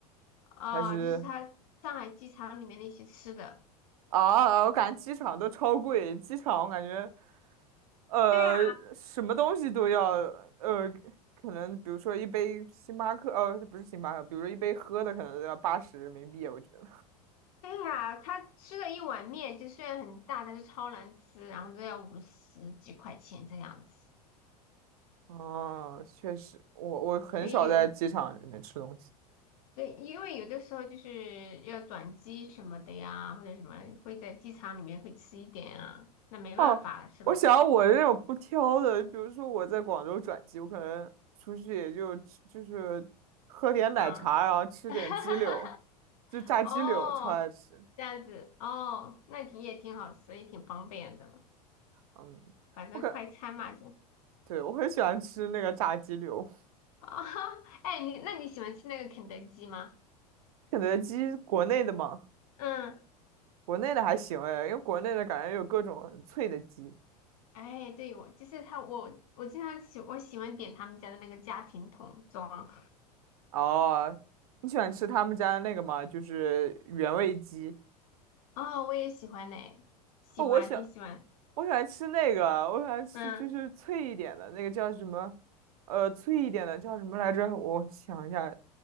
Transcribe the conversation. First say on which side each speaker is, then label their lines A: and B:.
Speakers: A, on the left; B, on the right.
A: 哦，
B: 还是
A: 就是他上海机场里面那些吃的。
B: 啊？啊我感觉机场都超贵，机场我感觉呃什么东西都要呃，
A: 对呀，
B: 可能比如说一杯星巴克，呃不是星巴克，比如说一杯喝的可能都要八十人民币，我觉得。
A: 对呀，他吃了一碗面，就虽然很大，但是超难吃，然后都要五十几块钱这样子。
B: 哦，确实，我我很少在机场里面吃东西。
A: 所以，对，因为有的时候就是要转机什么的呀，或者什么会在机场里面会吃一点啊，那没办法了，
B: 哦，
A: 是吧？
B: 我想要我那种不挑的，比如说我在广州转机，我可能出去也就吃就是喝点奶茶，
A: 嗯，
B: 然后吃点鸡柳，
A: <laughs>
B: 就炸鸡柳超爱吃。
A: 哦，这样子，哦，那挺也挺好吃，也挺方便的。
B: 嗯，
A: 反正快餐嘛就
B: 我感对我很喜欢吃那个炸鸡柳，
A: 啊，<laughs> 哎，你那你喜欢吃那个肯德基吗？
B: 肯德基国内的嘛，
A: 嗯，
B: 国内的还行哎，因为国内的感觉有各种很脆的鸡。
A: 哎，对，我就是他，我我经常喜我喜欢点他们家的那个家庭桶装，
B: 哦，你喜欢吃他们家的那个吗？就是原味鸡。
A: 哦，我也喜欢呢、喜欢，
B: 哦，我喜欢。
A: 挺喜欢，
B: 我喜欢吃那个，我喜欢吃就是脆一点的那个叫什么？
A: 嗯，
B: 呃，脆一点的叫什么来着？我想一下，